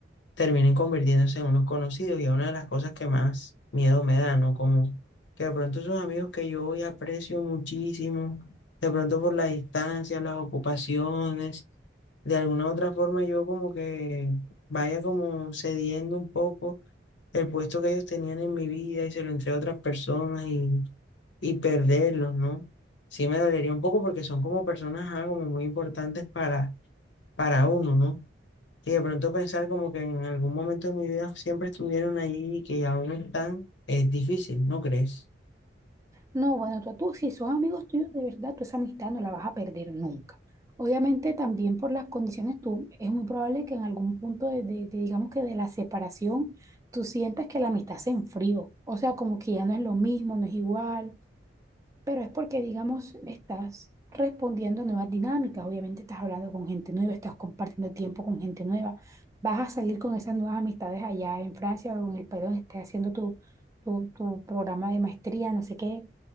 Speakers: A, on the left; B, on the right.
A: terminen convirtiéndose en unos conocidos y es una de las cosas que más miedo me da, ¿no? Como que de pronto esos amigos que yo hoy aprecio muchísimo, de pronto por la distancia, las ocupaciones, de alguna u otra forma yo como que vaya como cediendo un poco el puesto que ellos tenían en mi vida y se lo entregué a otras personas y, y perderlos, ¿no? Sí me dolería un poco porque son como personas, ah, como muy importantes para, para uno, ¿no? Y de pronto pensar como que en algún momento de mi vida siempre estuvieron ahí y que aún no están, es difícil, ¿no crees?
B: No, bueno, tú, tú, si son amigos tuyos de verdad, tú esa amistad no la vas a perder nunca. Obviamente también por las condiciones, tú, es muy probable que en algún punto de, de- de, digamos que de la separación, tú sientas que la amistad se enfrió. O sea, como que ya no es lo mismo, no es igual. Pero es porque, digamos, estás respondiendo a nuevas dinámicas. Obviamente estás hablando con gente nueva, estás compartiendo tiempo con gente nueva. Vas a salir con esas nuevas amistades allá en Francia o en el país donde estés haciendo tu, tu, tu programa de maestría, no sé qué